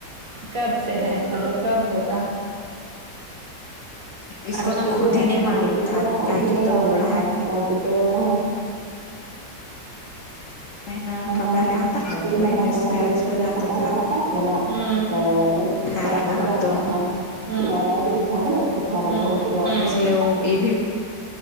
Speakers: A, on the right; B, on the left.
A: کب سے ہے مطلب کب ہوگا
B: اس
A: اب
B: کو نا
A: شروع
B: خود ہی
A: ہے
B: نہیں معلوم
A: اس
B: تھا
A: کو میں
B: کہ
A: خود ہی
B: کہ
A: نہیں معلوم
B: دو ڈھائی
A: تھا تو تو ہمیں
B: مہینہ
A: ہمیں
B: کا پہلے آتا تھا وہی
A: تین مہینا
B: مس
A: تو ک
B: کیرج
A: جیسے
B: ہو جاتا
A: پا پہل
B: تھا
A: رہتا ہوں نا
B: کھارا
A: تو
B: بہت
A: تھوڑا
B: تو
A: تھا رائڈ بھی تھا نا اس کو تھوڑا بہت
B: اس لیے وہ یہ بھی خو